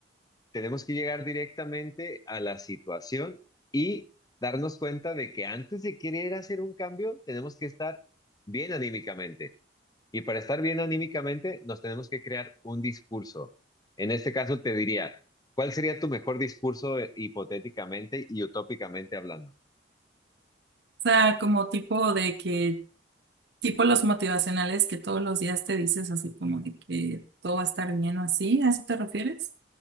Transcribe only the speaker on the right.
sea, como tipo de que, tipo los motivacionales que todos los días te dices así como de que todo va a estar bien o así, ¿a eso te refieres?